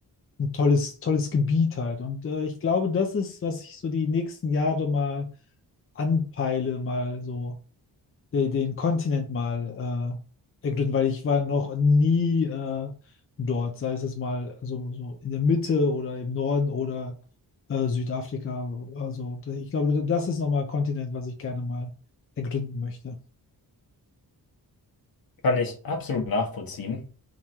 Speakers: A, on the left; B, on the left.
A: ein tolles, tolles Gebiet halt. Und äh, ich glaube, das ist, was ich so die nächsten Jahre mal anpeile, mal so de- den Kontinent mal äh, ergründen, weil ich war noch nie äh, dort, sei es jetzt mal so, so in der Mitte oder im Norden oder äh, Südafrika. Also da- ich glaube, das ist nochmal ein Kontinent, was ich gerne mal ergründen möchte.
B: Kann ich absolut nachvollziehen.